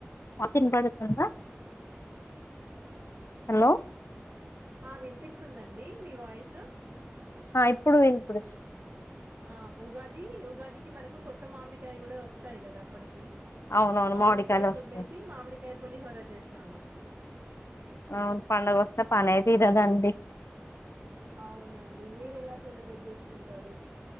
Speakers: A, on the left; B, on the right.
A: వా <inaudible> స్ వినపడుతుందా హలో
B: ఆ వినిపిస్తుందండి. ఈ మీ వాయిస్
A: ఆ ఇప్పుడు వినిపూడ్స్
B: ఆ ఉగాది ది ఈ ఉగాదికి మనకు కొ కొత్త మామిడికాయ కూడా వస్తాయి కదా అప్పటికి
A: అవునవును
B: మామిడి
A: మామిడికాయలు
B: కాయ
A: వస్తాయి
B: తుర్మేసి మామిడికాయ పులిహోర చేస్తాము.
A: అవును పండగొస్తే పనే తీరదండి.
B: అవునండి మీరు ఎలా సెలబ్రేట్ చేసుకుంటారు.